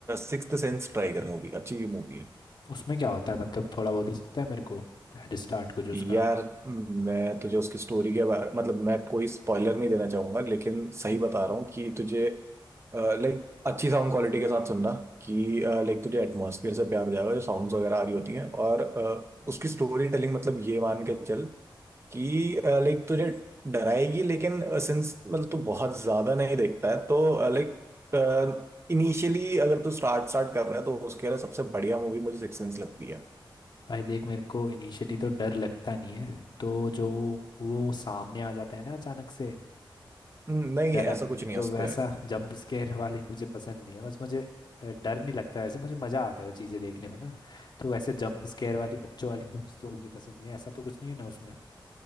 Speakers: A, on the right; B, on the left.
A: सिक्स्थ सेंस ट्राई कर मूवी अच्छी मूवी है
B: उसमें क्या होता है मतलब थोड़ा बहुत दे सकता है मेरे को हेड स्टार्ट कुछ उसका
A: यार मैं तुझे उसकी स्टोरी के बारे मतलब मैं कोई स्पॉइलर नहीं देना चाहूंगा लेकिन सही बता रहा हूँ कि तुझे लाइक अच्छी साउंड क्वालिटी के साथ सुनना कि लाइक तुझे एटमॉस्फेयर से प्यार हो जाएगा जो साउंड्स वगैरह आ रही होती हैं और अ, उसकी स्टोरी टेलिंग मतलब ये मान के चल कि लाइक तुझे डराएगी लेकिन सिंस मतलब तू बहुत ज्यादा नहीं देखता है तो लाइक इनिशियली अगर तू स्टार्ट स्टार्ट कर रहा है तो उसके लिए सबसे बढ़िया मूवी मुझे सिक्स सेंस लगती है
B: भाई देख मेरे को इनिशियली तो डर लगता नहीं है तो जो वो वो सामने आ जाता है ना अचानक से
A: हम्म, नहीं
B: डराना
A: ऐसा कुछ
B: ना
A: नहीं
B: तो
A: है उस
B: वैसा
A: पर
B: जंप स्केयर <laughs> वाली मुझे पसंद नहीं है बस मुझे अ, डर नहीं लगता वैसे मुझे मज़ा आता है वो चीज़ें देखने में ना तो वैसे जंप स्केयर वाली बच्चों वाली मूवीज तो मुझे पसंद नहीं है ऐसा तो कुछ नहीं है ना उसमें